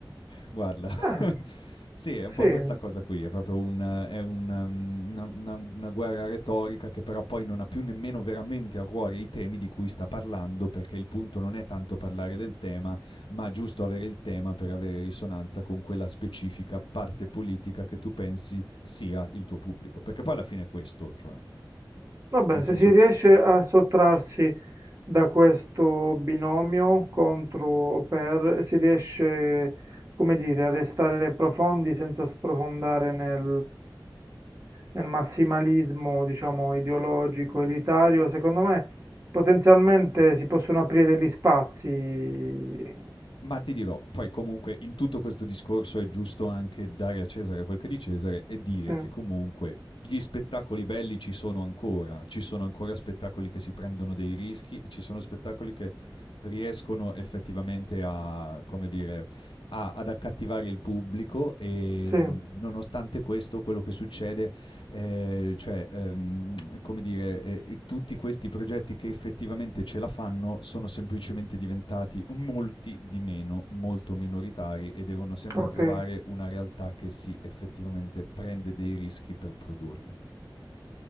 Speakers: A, on the left (about 80°); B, on the right (about 35°).
A: Guarda, <laughs>
B: Eh,
A: sì, è
B: sì,
A: un po' questa cosa qui, è proprio un, è un, um, una, una- una guerra retorica che però poi non ha più nemmeno veramente a cuore i temi di cui sta parlando, perché il punto non è tanto parlare del tema, ma giusto avere il tema per avere risonanza con quella specifica parte politica che tu pensi sia il tuo pubblico. Perché poi alla fine è questo, cioè,
B: Vabbè,
A: nel senso
B: se si riesce a sottrarsi da questo binomio contro o per, si riesce, come dire, a restare profondi senza sprofondare nel, nel massimalismo, diciamo, ideologico, elitario, secondo me potenzialmente si possono aprire degli spazi.
A: Ma ti dirò, poi comunque in tutto questo discorso è giusto anche dare a Cesare quel che è di Cesare e dire
B: Sì,
A: che comunque gli spettacoli belli ci sono ancora, ci sono ancora spettacoli che si prendono dei rischi e ci sono spettacoli che riescono effettivamente a, come dire, a- ad accattivare il pubblico e
B: sì,
A: mh, nonostante questo quello che succede eh, cioè, ehm, come dire, eh, tutti questi progetti che effettivamente ce la fanno sono semplicemente diventati molti di meno, molto minoritari e devono sempre
B: ok.
A: trovare una realtà che si effettivamente prende dei rischi per produrle.